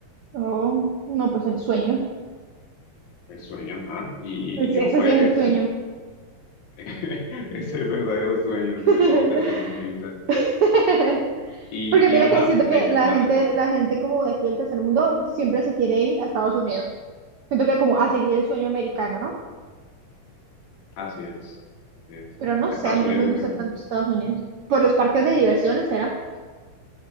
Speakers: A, on the right; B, on the left.
A: Oh, no, pues el sueño.
B: El sueño, ajá Y, y
A: Pues
B: y yo
A: ese
B: pues,
A: sí es el sueño.
B: <laughs> ese es el verdadero sueño,
A: <laughs>
B: sí, de todo tercermundista.
A: <laughs>
B: Y,
A: Porque mira
B: y ajá,
A: que siento
B: me
A: que
B: llamó
A: la
B: la
A: gente,
B: atención.
A: la gente como de aquí del tercer mundo siempre se quiere ir a Estados Unidos. Siento que como a seguir el sueño americano, ¿no?
B: Así es, así es.
A: Pero no
B: Estados
A: sé, a mí
B: Unidos
A: no me gusta
B: es el que
A: tanto Estados Unidos. Por los parques de diversiones, ¿será?